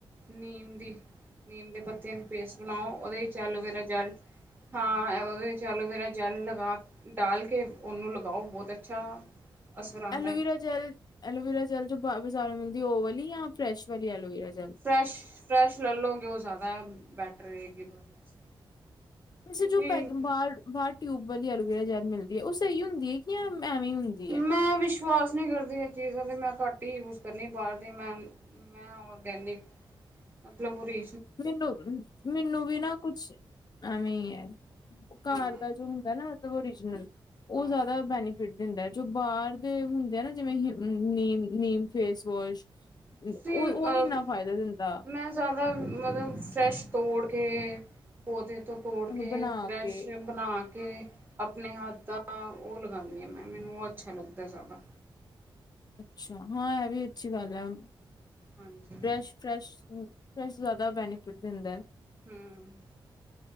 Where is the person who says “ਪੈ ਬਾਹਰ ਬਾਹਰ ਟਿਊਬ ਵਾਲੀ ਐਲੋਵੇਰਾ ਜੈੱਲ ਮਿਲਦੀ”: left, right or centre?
Left